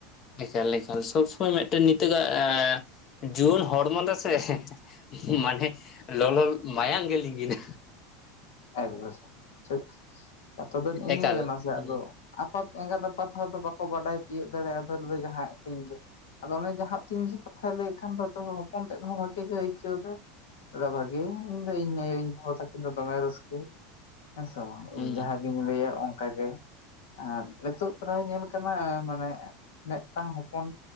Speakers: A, on the left (about 45°); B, on the left (about 80°).
A: ᱮᱠᱟᱞ ᱮᱠᱟᱞ ᱥᱚᱵ ᱥᱚᱢᱚᱭ ᱢᱤᱫᱴᱮᱱ ᱱᱤᱛᱚᱜᱟᱜ ᱡᱩᱣᱟᱹᱱ ᱦᱚᱲᱢᱚ ᱫᱚ ᱥᱮ ᱢᱟᱱᱮ ᱞᱚᱞᱚ ᱢᱟᱭᱟᱝ ᱜᱮ ᱞᱤᱸᱜᱤᱱᱟ
B: ᱮᱠ ᱵᱪᱚᱨ ᱴᱷᱤᱠ ᱠᱟᱛᱷᱟ ᱫᱚ ᱱᱼ
A: ᱮᱠᱟᱞ
B: ᱱᱤᱭᱟᱹ ᱠᱟᱱᱟ ᱥᱮ
A: ᱦᱩᱸ
B: ᱟᱫᱚ ᱟᱯᱟᱛ ᱮᱸᱜᱟᱛ ᱟᱯᱟᱛ ᱦᱚᱸ ᱵᱟᱠᱚ ᱵᱟᱰᱟᱭ ᱛᱤᱭᱳᱟᱹᱜ ᱫᱟᱲᱮᱭᱟᱜᱼᱟᱚᱞ ᱫᱚ ᱡᱟᱦᱟᱸᱭ ᱟᱛᱤᱧ ᱜᱮ ᱟᱫᱚ ᱚᱱᱮ ᱡᱟᱦᱟᱸ ᱛᱤᱱᱜ ᱜᱮ ᱠᱟᱛᱷᱟᱭ ᱞᱟᱹᱭᱮᱫ ᱠᱷᱟᱱ ᱫᱚ ᱟ ᱦᱚᱯᱚᱱ ᱛᱮᱫ ᱦᱚᱸ ᱵᱷᱟᱜᱤ ᱜᱮᱭ ᱟᱹᱭᱠᱟᱹᱣ ᱫᱟᱭ ᱫᱫᱟ ᱵᱷᱟᱜᱤ ᱤᱧ ᱫᱚ ᱤᱧ ᱟᱭᱳ ᱤᱧ ᱵᱟᱵᱟ ᱛᱟᱹᱠᱤᱱ ᱫᱚ ᱫᱚᱢᱮ ᱨᱟᱹᱥᱠᱟᱹ ᱦᱮᱸᱥᱮ ᱵᱟᱝ
A: ᱦᱩᱸ
B: ᱤᱧ ᱡᱟᱦᱟᱸ ᱜᱤᱧ ᱞᱟᱹᱭᱟ ᱚᱱᱠᱟᱜᱮ ᱟᱨ ᱱᱤᱛᱚᱜᱜ ᱯᱨᱟᱭ ᱧᱮᱞ ᱠᱟᱱᱟ ᱢᱟᱱᱮ ᱢᱤᱫᱴᱟᱝ ᱦᱚᱯᱚᱱ